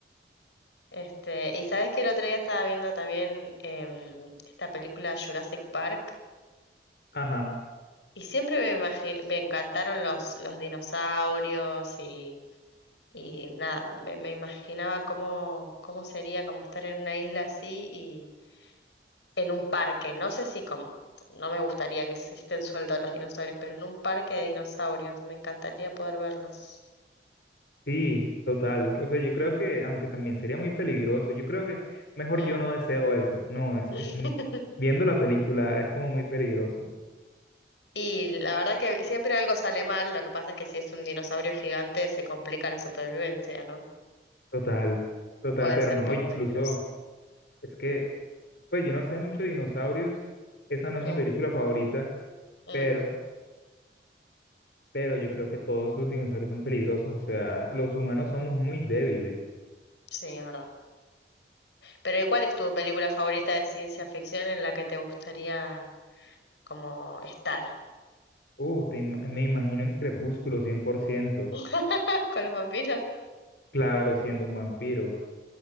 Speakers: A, on the left; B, on the left.
A: Este, y sabes que el otro día estaba viendo también em, esta película Jurassic Park
B: Ajá,
A: y siempre me imagi- me encantaron los, los dinosaurios y, y nada, me, me imaginaba cómo, cómo sería como estar en una isla así en un parque, no sé si con, no me gustaría que se estén sueltos los dinosaurios, pero en un parque de dinosaurios, me encantaría poder verlos.
B: sí, total. O sea, yo creo que, aunque también sería muy peligroso, yo creo que mejor
A: Mm.
B: yo no deseo eso. No, es,
A: <laughs>
B: es muy, viendo la película es como muy peligroso.
A: Y la verdad que siempre algo sale mal, lo que pasa es que si es un dinosaurio gigante se complica la supervivencia, ¿no?
B: Total, total,
A: Puede
B: pero
A: ser
B: no,
A: un poco
B: incluso,
A: peligroso.
B: es que, pues yo no sé mucho de dinosaurios, esa no es
A: Mm,
B: mi película favorita,
A: mm,
B: pero, pero yo creo que todos los dinosaurios son peligrosos, o sea, los humanos somos muy débiles.
A: sí, es verdad. Pero ¿y cuál es tu película favorita de ciencia ficción en la que te gustaría como estar?
B: Uh, te ima- me imagino en Crepúsculo cien por ciento,
A: <laughs> ¿Con los vampiros?
B: Claro, siendo un vampiro.